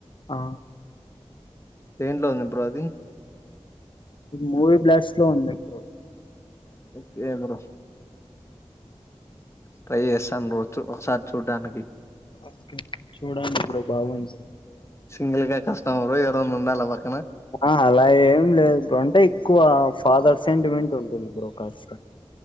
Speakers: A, on the left; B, on the left.
A: ఆ
B: దేంట్లో ఉంది బ్రో అది
A: మూవీ బ్లాస్ట్లో ఉంది బ్రో
B: ఒకే బ్రో ట్రై చేస్తాను బ్రో ఒక సారి చూడడానికి
A: ఓకే చూడండి బ్రో బాగుంది
B: సింగిల్గా కష్టం బ్రో ఎవరు అన్న ఉందా లవర్
A: ఆ అలా ఏం లేదు బ్రో అంటే ఎక్కువ ఫాదర్ సెంటిమెంట్ ఉంటుంది బ్రో కర్చ్